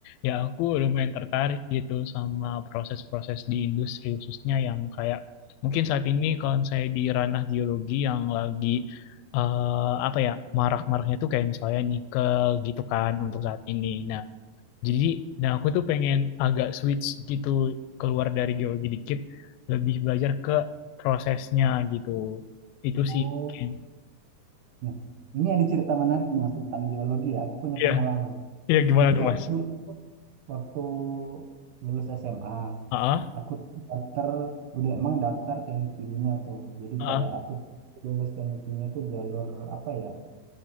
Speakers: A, on the left (about 80°); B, on the right (about 70°).
A: ya aku lumayan tertarik gitu sama proses-proses di industri khususnya yang kayak mungkin saat ini kalau saya di ranah geologi yang lagi eh, apa ya marak-maraknya tuh kayak misalnya nikel gitu kan untuk saat ini. Nah, Jadi, nah aku tuh pengen agak switch gitu keluar dari geologi dikit, lebih belajar ke prosesnya gitu. Itu
B: Oh,
A: sih mungkin.
B: nah, ini ada cerita menarik nih Mas tentang geologi ya. Aku punya
A: Iya,
B: pengalaman.
A: iya gimana
B: Jadi
A: tuh
B: aku
A: Mas?
B: dulu tuh waktu lulus SMA,
A: Ah,
B: aku tuh daftar udah emang daftar teknik kimia tuh. Jadi
A: ah,
B: kayak aku tuh lulus teknik kimia tuh jalur apa ya?